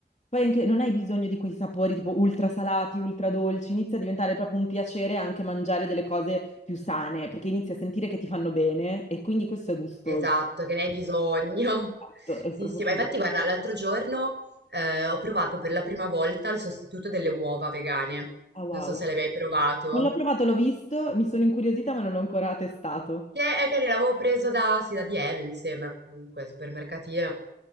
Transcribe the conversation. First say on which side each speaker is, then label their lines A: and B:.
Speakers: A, on the left; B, on the right.
A: poi anche non hai bisogno di quei sapori tipo ultra salati, ultra dolci. Inizia a diventare proprio un piacere anche mangiare delle cose più sane perché inizi a sentire che ti fanno bene e quindi questo è gustoso.
B: Esatto, che ne hai bisogno. <laughs>
A: Esatto, è
B: Sì,
A: proprio
B: sì, ma
A: così.
B: infatti guarda, l'altro giorno eh, ho provato per la prima volta il sostituto delle uova vegane.
A: Ah, wow.
B: Non so se l'hai mai provato.
A: Non l'ho provato, l'ho visto, mi sono incuriosita, ma non l'ho ancora testato.
B: Che è carino, l'avevo preso da, sì, da Dieve, mi sembra, comunque, supermercatino.